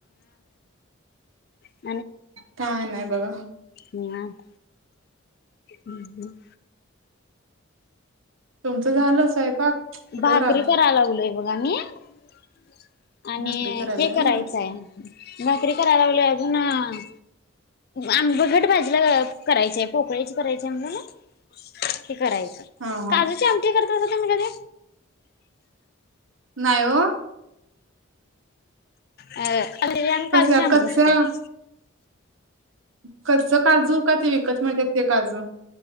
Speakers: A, on the left (about 50°); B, on the right (about 70°).
A: हं <unintelligible>
B: काय नाही बघा.
A: निवांत हम्म हम्म हम्म.
B: तुमचं झालं स्वयंपाक कुठवर
A: भाकरी
B: आला
A: कराय लागलोय. <unintelligible> आणि
B: भाकरी करायला
A: हे
B: व्हय
A: करायचंय भाकरी कराय लागलोय, अजून अं आम घट्ट भाजीला करायचिय, पोकळ्याची करायचीय म्हणल ना. हे करायचंय
B: हा हा
A: काजूची आमटी करता का ओ? तुम्ही कधी.
B: नाय ओ.
A: अं
B: कसल्या
A: काजूची‌ आमटी
B: कच्च्या
A: करतंय.
B: कच्च काजू का, ते विकत मिळतात ते काजू.